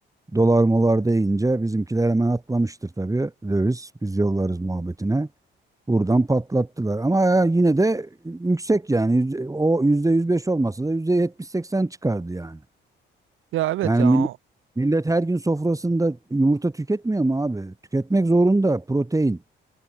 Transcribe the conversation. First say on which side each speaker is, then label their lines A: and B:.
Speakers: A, on the right (about 15°); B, on the right (about 85°).
A: Dolar molar deyince bizimkiler hemen atlamıştır tabii. Döviz biz yollarız muhabbetine. Buradan patlattılar. Ama ya yine de yüksek yani. Yüz- O yüzde yüz beş olmasa da yüzde yetmiş seksen çıkardı yani.
B: Ya evet
A: Yani
B: ya.
A: millet,
B: o-
A: millet her gün sofrasında yumurta tüketmiyor mu abi? Tüketmek zorunda protein.